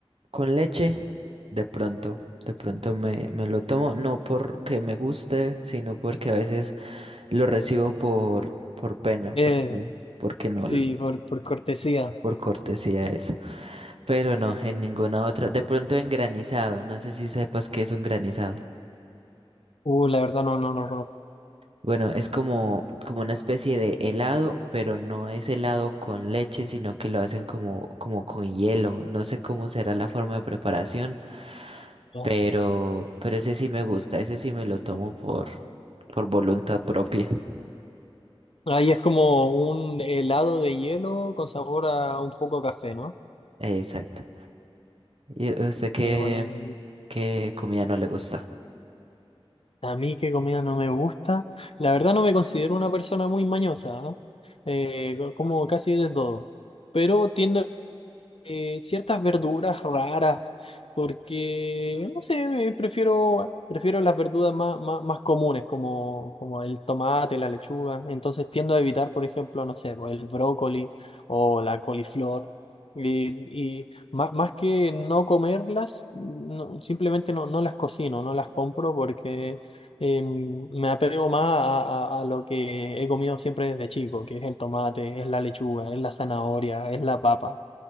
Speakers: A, on the right (about 70°); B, on the left (about 70°).
A: con leche, de pronto, de pronto me, me lo tomo, no porque me guste, sino porque a veces lo recibo por, por pena,
B: Eh,
A: porque, porque no,
B: sí,
A: l-
B: por, por cortesía.
A: por cortesía eso. Pero no, en ninguna otra. De pronto en granizado, no sé si sepas qué es un granizado.
B: Uh, la verdad no, no, no conozco.
A: Bueno, es como, como una especie de helado, pero no es helado con leche, sino que lo hacen como, como con hielo. No sé cómo será la forma de preparación.
B: No.
A: Pero, pero ese sí me gusta, ese sí me lo tomo por, por voluntad propia.
B: Ahí es como un helado de hielo con sabor a un poco a café, ¿no?
A: Exacto. ¿Y a usted qué,
B: Qué bueno.
A: qué comida no le gusta?
B: A mí qué comida no me gusta. La verdad no me considero una persona muy mañosa, ¿ah? Eh, co- como casi de todo. Pero tiendo eh, ciertas verduras raras, porque, no sé, me prefiero, prefiero las verduras más, más, más comunes, como, como el tomate, la lechuga. Entonces tiendo a evitar, por ejemplo, no sé, pues, el brócoli o la coliflor. Y, y más, más que no comerlas, no- simplemente no, no las cocino, no las compro porque eh, me apego más a, a- a lo que he comido siempre desde chico, que es el tomate, es la lechuga, es la zanahoria, es la papa.